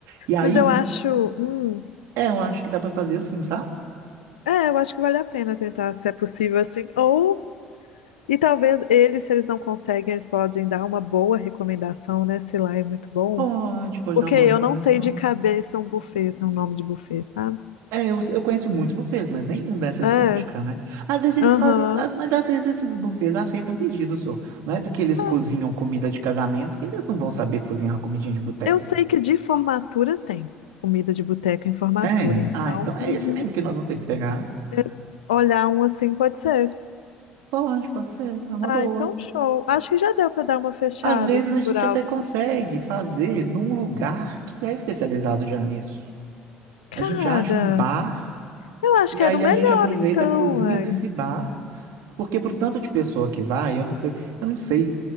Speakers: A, on the right (about 65°); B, on the left (about 85°).
A: E aí,
B: Mas eu acho, hum,
A: é, eu acho que dá para fazer assim, sabe?
B: é, eu acho que vale a pena tentar, se é possível assim. Ou, e talvez eles, se eles não conseguem, eles podem dar uma boa recomendação, né? Se lá é muito bom.
A: Pode, pode
B: Porque
A: dar uma boa
B: eu
A: recomendação.
B: não sei de cabeça um buffet, se é um nome de buffet, sabe?
A: É, eu, eu conheço muitos buffets, mas nenhum dessa estética,
B: É,
A: né? Às vezes eles
B: aham.
A: fazem, às- mas às vezes esses buffets aceitam pedido, só. Não é porque eles
B: Mas
A: cozinham comida de casamento que eles não vão saber cozinhar uma comidinha de boteco.
B: Eu sei que de formatura tem comida de boteco em formatura,
A: Tem?
B: então
A: Ah, então é
B: uhum,
A: esse mesmo que nós vamos ter que pegar.
B: é, olhar um assim pode ser.
A: Pode, pode ser, é uma boa.
B: Ah, então show. Acho que já deu pra dar uma fechada
A: Às vezes
B: assim
A: a
B: por
A: gente
B: alto.
A: até consegue fazer num lugar que é especializado já nisso.
B: Cara,
A: A gente acha um bar
B: eu acho
A: e
B: que
A: aí
B: era o melhor
A: a gente aproveita
B: então,
A: a cozinha
B: ué.
A: desse bar, porque pro tanto de pessoa que vai, eu não sei, eu não sei